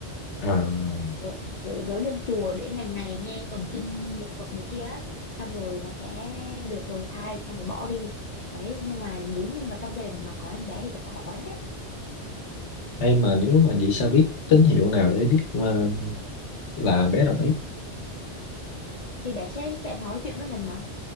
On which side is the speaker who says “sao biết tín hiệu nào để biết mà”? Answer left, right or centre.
Left